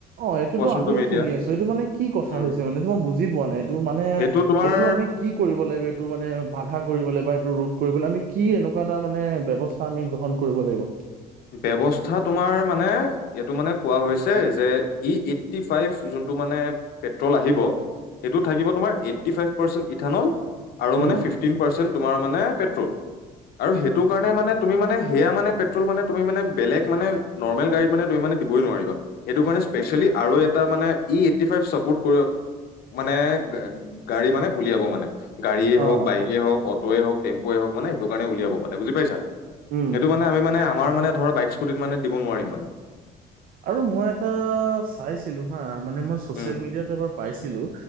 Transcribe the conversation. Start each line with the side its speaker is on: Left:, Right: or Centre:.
Right: অ এইটোতো
Left: কোৱাচোন
Right: আমিও
Left: তুমি এতিয়া
Right: শুনি আছো এইটো মানে কি কথা
Left: উম
Right: হৈছে মানে এইটো মই বুজি পোৱা নাই এইটো মানে
Left: সেইটো তোমাৰ
Right: এইটো আমি- কি কৰিব লাগিব এইটো মানে বাধা কৰিব লাগিব বা এইটো ৰোধ কৰিবলৈ আমি কি এনেকুৱা এটা মানে ব্যৱস্থা আমি। গ্ৰহণ কৰিব লাগিব।
Left: ব্যৱস্থা তোমাৰ মানে এইটো মানে কোৱা হৈছে যে ই এইটি ফাইভ জো- টো মানে পেট্ৰল আহিব। সেইটো থাকিব তোমাৰ এইটটি ফাইভ পাৰ্চেন্ট ইথানল আৰু
Right: উম
Left: মানে ফিফটিন পাৰ্চেণ্ট তোমাৰ মানে পেট্ৰল, আৰু সেইটোকাৰণে মানে তুমি মানে, সেয়া মানে, পেট্ৰল মানে তুমি মানে বেলেগ মানে নৰ্মেল গাড়ীত মানে তুমি মানে দিবই নোৱাৰিবা, এইটো কাৰণে স্পেচিয়েলি আৰু এটা মানে ই এইটি ফাইভ চাপৰ্ট কৰি মানে গাড়ী মানে উলিয়াব মানে। গাড়ীয়ে
Right: অ
Left: হওঁক, বাইকেই হওঁক, অট'য়ে হওঁক, টেম্পোৱে হওঁক মানে সেইটো কাৰণে উলিয়াব মানে বুজি পাইছা।
Right: উম
Left: সেইটো মানে আমি মানে আমাৰ মানে ধৰা বাইক স্কুটিত মানে দিব নোৱাৰিম মানে।
Right: আৰু মই এটা চাইছিলো হা। মানে মই চ'ছিয়েল
Left: উম
Right: মেডিয়াত এবাৰ পাইছিলোঁ,